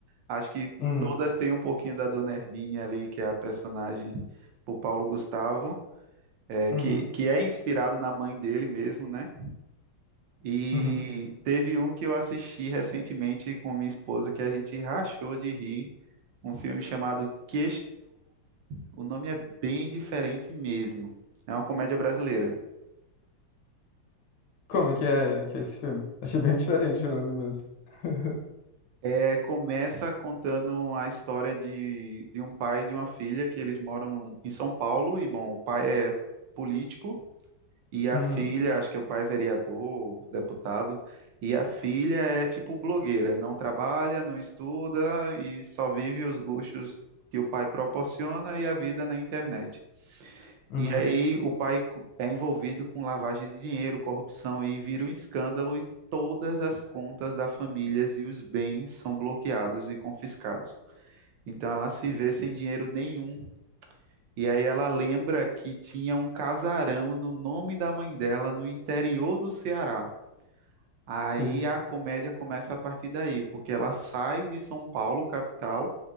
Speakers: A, on the right; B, on the left.
A: Acho que
B: Uhum,
A: todas têm um pouquinho da Dona Hermínia ali, que é a personagem do Paulo Gustavo, é,
B: uhum,
A: que, que é inspirado na mãe dele mesmo, né? E
B: uhum.
A: teve um que eu assisti recentemente com minha esposa que a gente rachou de rir, um filme chamado Que O nome é bem diferente mesmo. É uma comédia brasileira.
B: Como é que é, que é esse filme? Achei bem <laughs> diferente o nome mesmo. <laughs>
A: É, começa contando a história de, de um pai e de uma filha que eles moram em São Paulo e, bom, o pai é político E a
B: Uhum,
A: filha, acho que é o pai é vereador, deputado, e a filha é tipo blogueira, não trabalha, não estuda e só vive os luxos que o pai proporciona e a vida na internet.
B: uhum.
A: E aí o pai co- é envolvido com lavagem de dinheiro, corrupção e vira um escândalo e todas as contas da família e os bens são bloqueados e confiscados. Então ela se vê sem dinheiro nenhum e aí ela lembra que tinha um casarão no nome da mãe dela no interior do Ceará. Aí
B: Sim.
A: a comédia começa a partir daí, porque ela sai de São Paulo, capital,